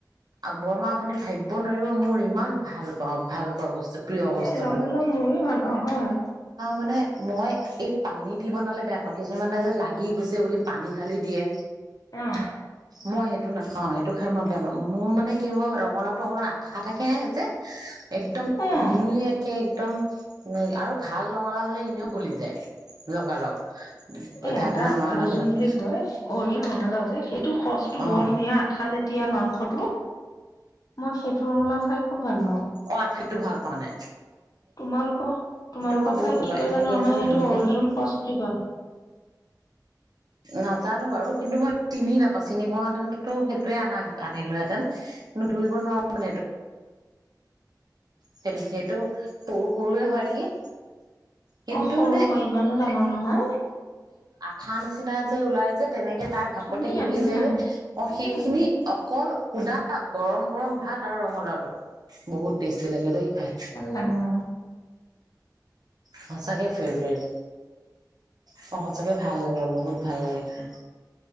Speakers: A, on the right (about 65°); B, on the left (about 55°).
A: বৰমা আপুনি ভাবিব নোৱাৰিব মোৰ ইমান ভাল পাওঁ, ভাল। পোৱা বস্তু প্ৰিয় বচ
B: ৰঙালও ময়ো ভাল পাওঁ, হয়।
A: মানে মই এই পানী দি বনালে বেয়া পাওঁ। কিছুমানে যে লাগি গৈছে বুলি পানী ঢালি দিয়ে।
B: অহ।
A: মই সেইটো নাখাওঁ, সেইটো খাই মই বেয়া পাওঁ। মোৰ মানে কি হ ৰঙালাওটো অকমান আঠা থাকে সেয়া যে একদম
B: অ',
A: ধুনীয়া এ একদম, হেই, আৰু ভাল ৰঙালাও হ'লে এনেও গলি যায়, লগালগ।
B: এ
A: ঢাকনা
B: এটা
A: মৰাৰ
B: অৰ্জুন
A: লগে লগে
B: বুলি কয়, অৰ্জুন ৰঙালাও যে সেই সচটো
A: অ
B: বৰ ধুনীয়া, আঠা লেটিয়া মাংসটো মই সেইটো ৰঙলাও খাই খুব ভাল প
A: অহ, আঠাইতো ভাল পাওঁ নে
B: তোমালোকৰ-তোমালোকৰ
A: মই
B: ফালে
A: বহুত
B: কি
A: ভাল পাওঁ
B: কয়
A: এনেকে
B: জানো? আমাৰ
A: একদম
B: এইটো
A: ধুনীয়াকে
B: অৰ্জুন শচ বুলি কয়।
A: নাজানো বাৰু কিন্তু মই তিনি নাপাওঁ, চিনি পোৱাাহেঁতেনোটো সেইটোৱে আনা আনিলোহেঁতেন কিন্তু ধৰিব নোৱাৰোঁ, মানে সেটো সেইটো সৰু সৰুৱে হয় নেকি? কিন্তু
B: অহ, সৰু
A: মানে
B: হয় ইমানো ডাঙৰ নহয়।
A: ঠা নিচিনা যে ওলাই যে। তেনেকে তাৰ ভাপতে
B: ধুনীয়া
A: শিকি
B: ধুনীয়া
A: যায় যে, অ',
B: উম
A: সেইখিনি অকল সুদা গৰম গৰম ভাত আৰু ৰঙালাওটো, বহুত টেষ্টি লাগে দেই। খাই
B: এলাগা
A: সঁচাকে ফেভৰেট, সঁচাকে ভাল লাগে বহুত ভাল লাগে খাই।